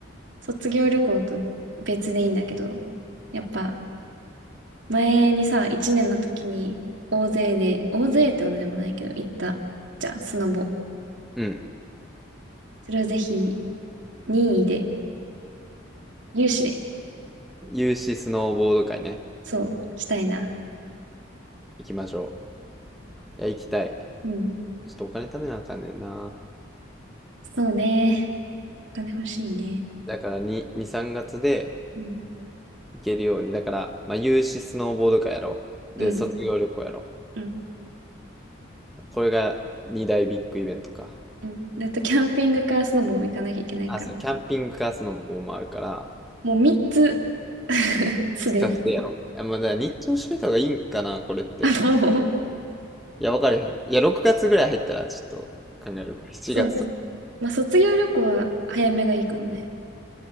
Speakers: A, on the right (about 65°); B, in the centre.
A: 卒業旅行と別でいいんだけど、やっぱ前にさ、1年の時に大勢で、大勢ってほどでもないけど行ったじゃん、スノボ。
B: うん。
A: それをぜひ任意で、有志で、
B: 有志スノーボード会ね。
A: そう、したいな。
B: 行きましょう。いや、行きたい。
A: うん。
B: ちょっとお金貯めなあかんねんな。
A: そうね。お金欲しいね。
B: だから2、2、3月で
A: うん。
B: 行けるように。だから、まあ、有志スノーボード会やろう。
A: うん。
B: で、卒業旅行やろ
A: うん。
B: う。これが2大ビッグイベントか。
A: うん。だとキャンピングカースノボも行かなきゃいけないから。
B: あ、そう、キャンピングカースノボもあるから、
A: もう3つ <laughs> すでに。
B: 近くてやろう。え、もうだから日程しといた方がいいんかな、これって。
A: あ、もう。
B: いや、わかれへん。いや、6月ぐらい入ったらちょっと考えるわ。7月とか。
A: そうね。まあ、卒業旅行は早めがいいかもね。